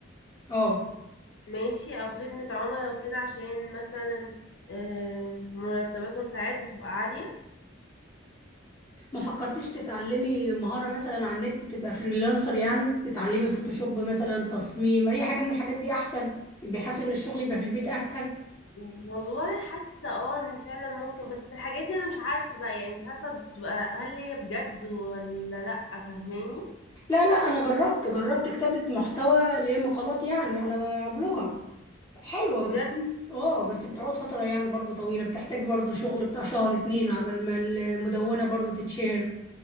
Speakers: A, on the left; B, on the left.
A: اه
B: ماشي او خدمه عملاء وكده عشان مثلا آه، مرتباتهم ساعات بتبقى عاليه
A: ما فكرتيش تتعلمي مهارة مثلا على النت تبقى فريلانسر يعني تتعلمي فوتوشوب مثلا تصميم اي حاجة من الحاجات دي احسن بحيث ان الشغل يبقى في البيت اسهل
B: والله حاسه اه ان فعلا ممكن بس الحاجات دي انا مش عارفه بقى يعني مش عارفه بتبقى هل هي بجد ولا لا فاهماني
A: لا لا انا جربت جربت كتابة محتوى اللي هي مقالات يعني على بلوجر حلوة
B: بجد
A: بس اه بس بتقعد فترة يعني برضو طويلة بتحتاج برضو شغل بتاع شهر اتنين عبال ما المدونة برضو تتشهر